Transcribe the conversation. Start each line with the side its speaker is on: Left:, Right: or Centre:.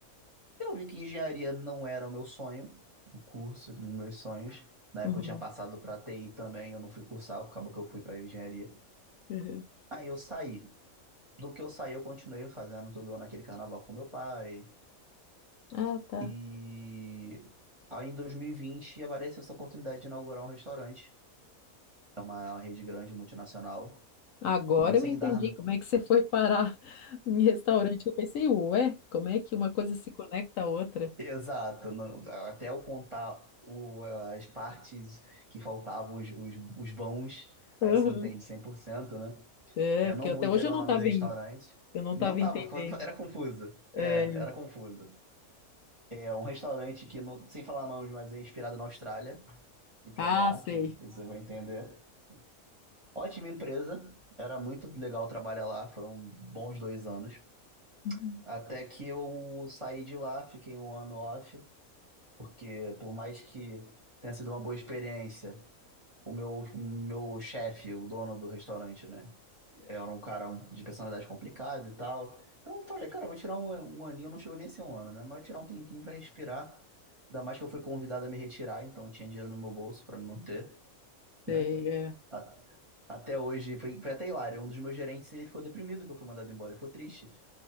Right: Eu vi que engenharia não era o meu sonho, o curso dos meus sonhos. Na época
Left: Uhum.
Right: eu tinha passado para TI também, eu não fui cursar, acabou que eu fui para engenharia.
Left: Uhum.
Right: Aí eu saí. Do que eu saí, eu continuei fazendo todo ano aquele carnaval com meu pai.
Left: Ah, tá.
Right: E aí em 2020 apareceu essa oportunidade de inaugurar um restaurante. É uma rede grande multinacional,
Left: Agora
Right: sem
Left: eu entendi
Right: dar
Left: como é que você foi parar <laughs> em restaurante. Eu pensei, ué, como é que uma coisa se conecta à outra?
Right: Exato, não- até eu contar o- as partes que faltavam, os, os, os vãos, aí
Left: Aham.
Right: você entende 100%, né?
Left: É,
Right: Eu
Left: porque
Right: não
Left: até
Right: vou entregar
Left: hoje eu não
Right: o nome
Left: estava
Right: do restaurante.
Left: em, eu não
Right: Não
Left: estava
Right: tava,
Left: entendendo.
Right: era confusa. É,
Left: É,
Right: era confusa. É um restaurante que, não, sem falar nomes, mas é inspirado na Austrália. Fica
Left: ah,
Right: no ar,
Left: sei.
Right: que você vai entender. Ótima empresa, era muito legal trabalhar lá, foram bons dois anos.
Left: Uhum.
Right: Até que eu saí de lá, fiquei um ano off, Porque por mais que tenha sido uma boa experiência, o meu, meu chefe, o dono do restaurante, né? Era um cara de personalidade complicada e tal. Então eu falei, cara, eu vou tirar um, um aninho, não chegou nem a ser um ano, né? Mas eu vou tirar um tempinho pra respirar. Ainda mais que eu fui convidado a me retirar, então tinha dinheiro no meu bolso pra me manter,
Left: Sei,
Right: né?
Left: é.
Right: A- Até hoje, foi, foi até hilário. Um dos meus gerentes, ele ficou deprimido que eu fui mandado embora. Ele ficou triste.